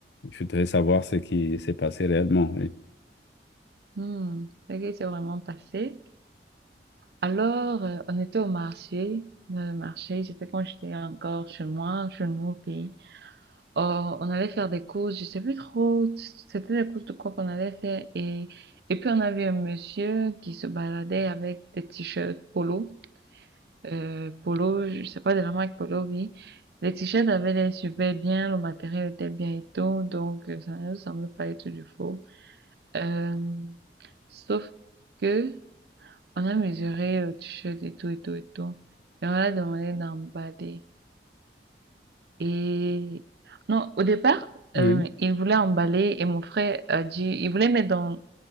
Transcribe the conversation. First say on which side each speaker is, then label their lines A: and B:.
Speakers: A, on the left; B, on the right.
A: je voudrais savoir ce qui s'est passé réellement. Oui.
B: Mmh, c'est que c'est vraiment passé. Alors, euh, on était au marché. Le marché, c'était quand j'étais encore chez moi, chez nous, au pays. Oh, on allait faire des courses, je sais plus trop, c'était des courses de quoi qu'on allait faire. Et, et puis, on avait un monsieur qui se baladait avec des t-shirts polo. Euh, polo, je sais pas de la marque polo, oui. Les t-shirts avaient l'air super bien, le matériel était bien et tout, donc euh, ça ne nous semblait pas être du faux. Euh, sauf que On a mesuré le t-shirt et tout, et tout, et tout. Et on a demandé d'emballer. Et non, au départ,
A: Oui.
B: euh, il voulait emballer et mon frère a dit, il voulait mettre dans,